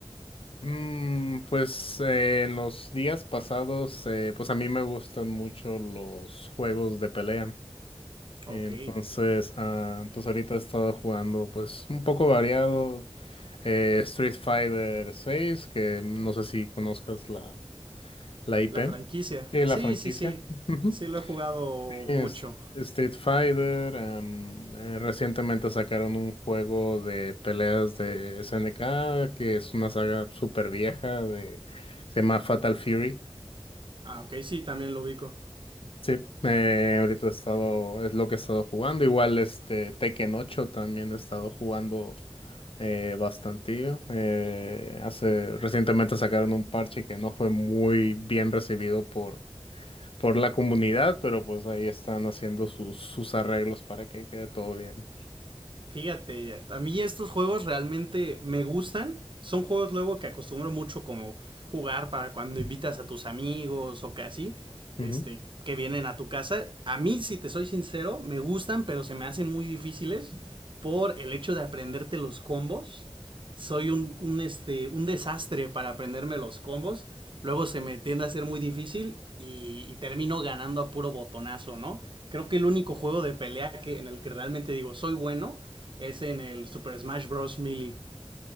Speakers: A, on the left; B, on the right.
A: Mm, pues eh, en los días pasados, eh, pues a mí me gustan mucho los juegos de pelea. Entonces,
B: Ok,
A: ah, pues ahorita he estado jugando pues un poco variado. eh, Street Fighter 6, que no sé si conozcas la, la IP,
B: la franquicia.
A: eh,
B: Sí,
A: la franquicia.
B: sí, sí.
A: Ujú.
B: Sí, lo he jugado
A: Este,
B: mucho.
A: Street Fighter, em, eh, recientemente sacaron un juego de peleas de SNK, que es una saga súper vieja, de, se llama Fatal Fury.
B: Ah, ok, sí, también lo ubico.
A: Sí, eh, ahorita he estado, es lo que he estado jugando. Igual este Tekken 8 también he estado jugando eh, bastantillo. Eh, hace, recientemente sacaron un parche que no fue muy bien recibido por, por la comunidad, pero pues ahí están haciendo sus, sus arreglos para que quede todo bien.
B: Fíjate, a mí estos juegos realmente me gustan. Son juegos luego que acostumbro mucho como jugar para cuando invitas a tus amigos o que así,
A: Ujú.
B: este, que vienen a tu casa. A mí, si te soy sincero, me gustan, pero se me hacen muy difíciles por el hecho de aprenderte los combos. Soy un, un, este, un desastre para aprenderme los combos. Luego se me tiende a ser muy difícil y, y termino ganando a puro botonazo, ¿no? Creo que el único juego de pelea que, en el que realmente digo soy bueno es en el Super Smash Bros. Melee.